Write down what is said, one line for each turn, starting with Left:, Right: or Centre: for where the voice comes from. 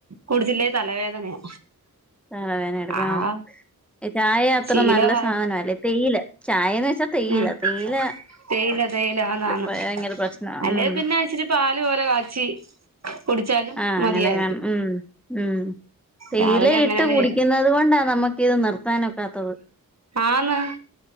Right: കൊടുത്തിില്ലേ തലവേദനയാ
Centre: <inaudible> തലവേദന എടുക്ക
Right: ആഹ്
Centre: ചായ അത്ര
Right: ശീലവാ
Centre: നല്ല സാധനല്ലേ തേയില ചായേന്ന് പച്ച തേയില
Right: ഉം
Centre: തേയില
Right: തേയില തേയിലന്നാണ്
Centre: ഭയങ്കര പ്രശ്നാ
Right: അല്ല
Centre: ഉം
Right: പിന്നെ ഇച്ചിരി പാല് പോലെ കാച്ചി കുടിച്ചാലും
Centre: ആഹ അങ്ങനെ
Right: മതിയായിരിക്കും
Centre: കാ ഉം ഉം തേയില
Right: രാവിലെ അങ്ങനെ
Centre: ഇട്ട്
Right: അങ്ങ്
Centre: കുടിക്കുന്നത്
Right: ചെയ്യണം
Centre: കൊണ്ടാ നമ്മുക്ക് ഇത് നിർത്താനൊക്കാത്തത്
Right: ആഹന്ന